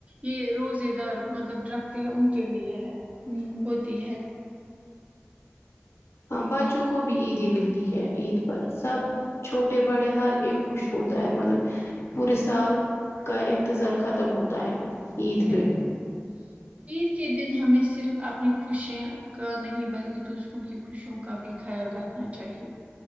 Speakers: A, on the right (about 30°); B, on the left (about 80°).
A: یہ روزے دار مطلب رکھتے ہیں ان کے لیے ہے
B: ہوں
A: ہوتی ہے
B: ہاں بچوں کو بھی عیدی ملتی ہے عید پر سب چھوٹے بڑے ہر ایک خوش ہوتا ہے مطلب پورے سال کا انتظار ختم ہوتا ہے عید
A: بالکل
B: پہ
A: عید کے دن ہمیں صرف اپنی خوشیاں کا نہیں بلکہ دوسروں کی خوشیوں کا بھی خیال رکھنا چاہیے